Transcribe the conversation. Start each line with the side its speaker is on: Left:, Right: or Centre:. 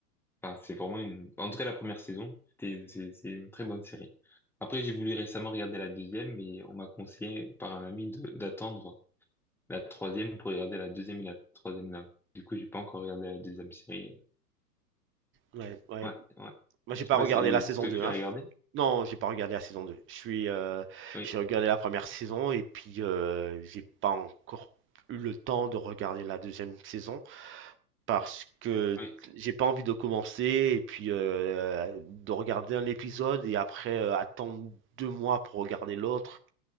Centre: enfin, c'est vraiment une, en tout cas, la première saison, c'était- c'est c'est une très bonne série. Après, j'ai voulu récemment regarder la deuxième, mais on m'a conseillé par un ami de- d'attendre La troisième pour regarder la deuxième et la troisième là. Du coup, j'ai pas encore regardé la deuxième série.
Right: Ouais, ouais,
Centre: Ouais, ouais.
Right: Moi, j'ai
Centre: Je
Right: pas
Centre: sais pas
Right: regardé
Centre: si,
Right: la saison
Centre: si toi
Right: 2,
Centre: tu
Right: hein.
Centre: l'as regardé.
Right: Non, j'ai pas regardé la saison 2. Je suis, euh,
Centre: Oui,
Right: j'ai regardé la première saison et puis euh, j'ai pas encore eu le temps de regarder la deuxième saison parce que
Centre: oui,
Right: j'ai pas envie de commencer et puis euh, de regarder un épisode et après euh, attendre deux mois pour regarder l'autre.